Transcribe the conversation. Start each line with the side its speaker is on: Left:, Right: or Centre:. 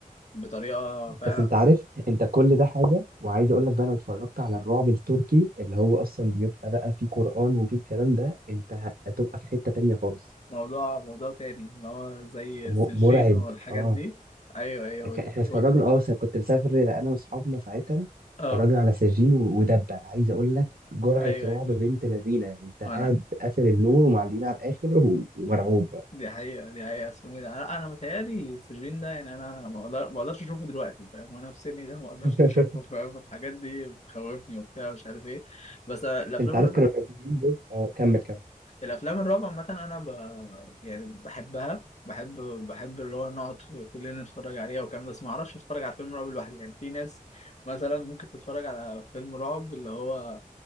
Left: بطريقة فعلا
Right: بس انت عارف انت كل ده حاجه وعايز اقول لك بقى لو اتفرجت على الرعب التركي اللي هو اصلا بيبقى بقى فيه قرآن وفيه الكلام ده انت هتبقى في حته تانية خالص
Left: موضوع موضوع تاني اللي هو زي
Right: م...
Left: السجين
Right: مرعب
Left: والحاجات
Right: اه
Left: دي أيوه أيوه
Right: ك-
Left: ود-
Right: احنا
Left: ود-
Right: اتفرجنا اه س- كنت مسافر انا واصحابنا ساعتها
Left: اه
Right: اتفرجنا على سجين و- ودبه عايز اقول لك جرعه
Left: ايوه
Right: رعب
Left: ايوه
Right: بنت لذينه انت قاعد
Left: انا
Right: قافل النور ومعلقين على الاخر و... ومرعوب
Left: دي حقيقه دي حقيقه اسمه ايه ده انا انا متهيألي السجين ده يعني انا ما اقدر ما اقدرش اشوفه دلوقتي فاهم وانا في سني ده ما اقدرش
Right: <laughs>
Left: اشوفه فاهم الحاجات دي بتخوفني وبتاع مش عارف ايه بس الافلام
Right: انت عارف
Left: الر...
Right: كانوا منزلين جزء اه كمل كمل
Left: الافلام الرعب عامه انا ب... يعني بحبها بحب بحب اللي هو نقعد كلنا نتفرج عليها والكلام ده بس ما اعرفش اتفرج على فيلم رعب لوحدي يعني في ناس مثلا ممكن تتفرج على فيلم رعب اللي هو